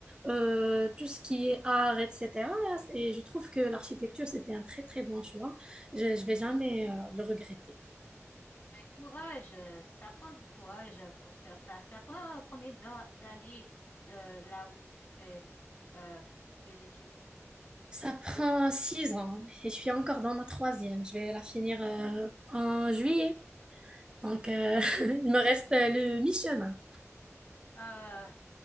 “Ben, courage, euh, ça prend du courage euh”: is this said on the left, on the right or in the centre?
Left